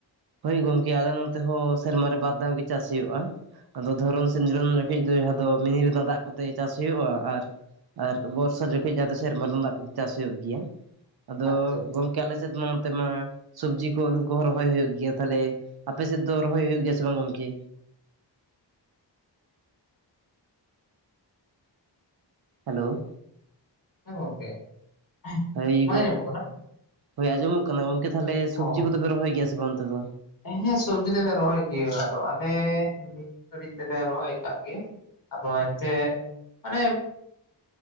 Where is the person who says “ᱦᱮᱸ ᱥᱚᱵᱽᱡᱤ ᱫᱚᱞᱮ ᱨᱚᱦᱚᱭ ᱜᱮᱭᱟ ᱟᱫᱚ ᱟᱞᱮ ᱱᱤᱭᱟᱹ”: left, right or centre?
Left